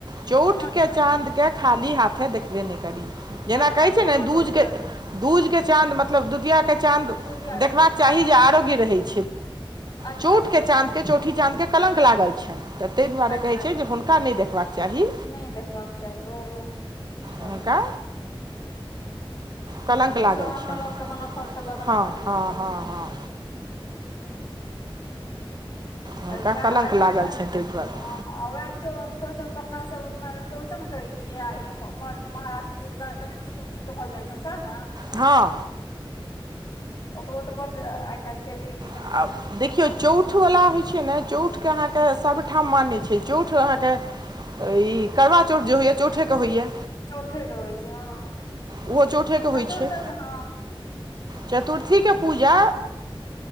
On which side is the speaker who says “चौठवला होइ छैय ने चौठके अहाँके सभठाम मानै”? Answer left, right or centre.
Right